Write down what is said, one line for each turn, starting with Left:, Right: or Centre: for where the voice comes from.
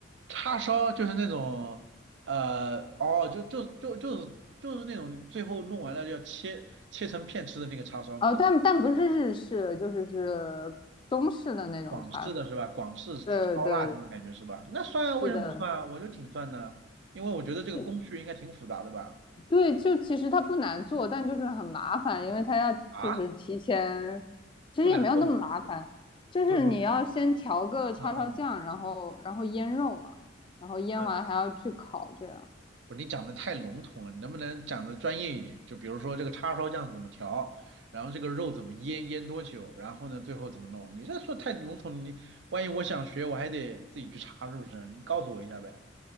Right: 叉烧就是那种，呃，哦，就就就就是就是那种最后弄完了要切切成片吃的那个叉烧吗？
Left: 呃，但但不是日式，就是是中式的那种叉烧。
Right: 广式的是吧？广式烧腊那种感觉是吧？
Left: 对对，
Right: 那算啊，
Left: 是的，
Right: 为什么不算啊？我觉得挺算的啊，因为我觉得这个工序应该挺复杂的吧。
Left: 就对，就其实它不难做，但就是很麻烦，因为它要就是提前，
Right: 啊，
Left: 其实也没有那么麻烦，
Right: 不难做吗？
Left: 就是你要先调个叉烧酱，
Right: 不不，嗯嗯
Left: 然后然后腌肉嘛，然后腌完还要去烤，
Right: 嗯，
Left: 这样。
Right: 不，你讲的太笼统了，你能不能讲的专业一点？就比如说这个叉烧酱怎么调，然后这个肉怎么腌，腌多久，然后呢最后怎么弄？你这说太笼统，你万一我想学，我还得自己去查，是不是？你告诉我一下呗。